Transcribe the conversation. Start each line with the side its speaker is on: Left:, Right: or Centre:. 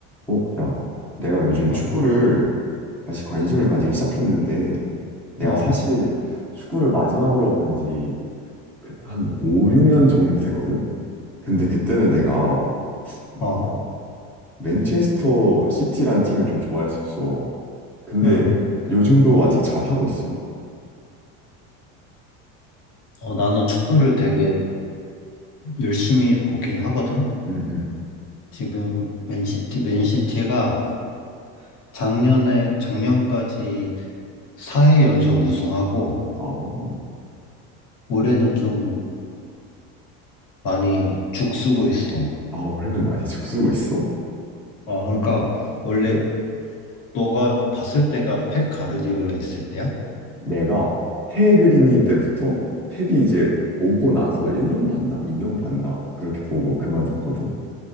Centre: 어, 야, 내가 요즘
Left: 어,
Centre: 축구를 다시 관심을 가지기 시작했는데, 내가
Left: 어,
Centre: 사실 축구를 마지막으로 본지 그 한 5, 6년 정도 되거든? 근데 그때는 내가
Left: 어,
Centre: 어, 맨체스터 시티란 팀을 좀 좋아했었어. 근데
Left: 음.
Centre: 요즘도 아직 잘 하고 있어.
Left: 어, 나는 축구를 되게 열심히 보긴 하거든.
Centre: 응, 응.
Left: 지금 맨시티, 맨시티가 작년에, 작년까지 4회 연속 우승하고,
Centre: 아우,
Left: 올해는 좀 많이 죽쓰고 있어.
Centre: 아, 올해는 많이 죽쓰고 있어?
Left: 어, 그러니까, 원래 너가 봤을 때가 펩 가르디올라 있을 때야?
Centre: 내가 페그리니 때부터
Left: 음.
Centre: 펩이 이제 오고 나서 1년 봤나? 2년 봤나? 그렇게 보고 그만뒀거든?